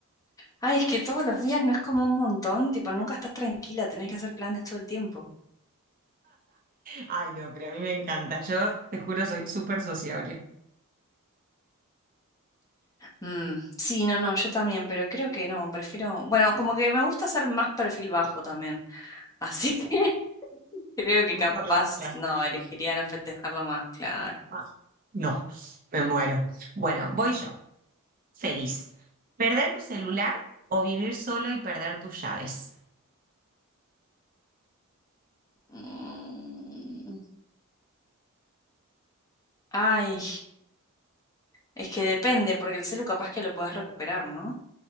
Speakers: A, on the left; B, on the right.
A: Ay, es que todos los días no es como un montón, tipo, nunca estás tranquila, tenés que hacer planes todo el tiempo.
B: Ay, no, pero a mí me encanta. Yo te juro, soy súper sociable.
A: Mm, sí, no, no, yo también, pero creo que no, prefiero, bueno, como que me gusta hacer más perfil bajo también, así <laughs> que creo que
B: Vos
A: capaz,
B: por la otra.
A: no, elegiría no festejarlo más, claro.
B: Ah, No, me muero. Bueno, voy yo. Feliz. ¿Perder tu celular o vivir solo y perder tus llaves?
A: Mm, ay, es que depende, porque el celu capaz que lo puedes recuperar, ¿no?